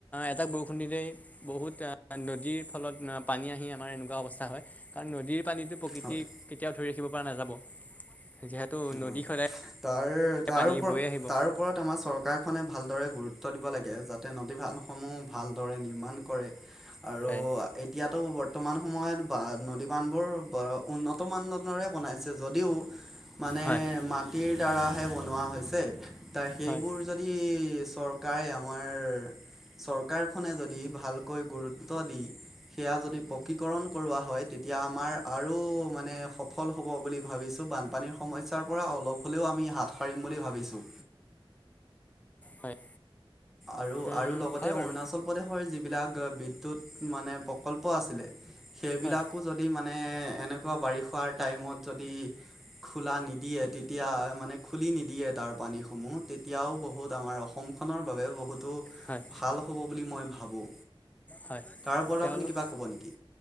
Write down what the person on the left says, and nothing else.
এটা বৰষুণৰেই বহুত। নদীৰ ফলত পানী আহি আমাৰ এনেকুৱা অৱস্থা হয় কাৰণ নদীৰ। পানীটো প্ৰকৃতি
কেতিয়াও ধৰি ৰাখিব পৰা নাযাব যিহেতু নদী
সদায়।
পানী
বৈ আহিব
হয়
হয়
হয়
হয়
হয়
বাৰু
হয়
হয়
হয়
তেওঁলোক